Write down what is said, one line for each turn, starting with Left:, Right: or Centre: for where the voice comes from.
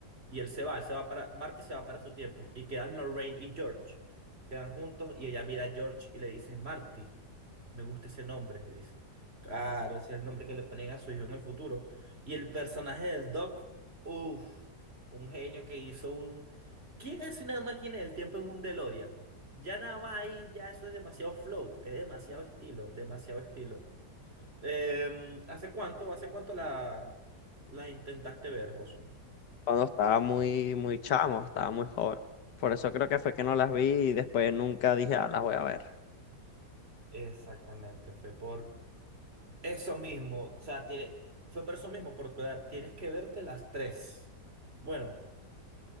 Right: y él se va, él se va para, Marty se va para su tiempo, y quedan Lorraine y George, quedan juntos, y ella mira a George y le dice, Marty, me gusta ese nombre, le dice. Claro, ese es el nombre que le ponen a su hijo en el futuro. Y el personaje del Doc, uff, un genio que hizo un... ¿Quién es una máquina del tiempo en un DeLorean? Ya nada más ahí, ya eso es demasiado flow, es demasiado estilo, demasiado estilo. Em, ¿hace cuánto, hace cuánto la, la intentaste ver, José?
Left: Cuando estaba muy, muy chamo, estaba muy joven. Por eso creo que fue que no las vi y después nunca dije, ah, las voy a ver.
Right: Exactamente, fue por eso mismo, o sea, tiene- fue por eso mismo, por tu edad. Tienes que verte las tres. Bueno.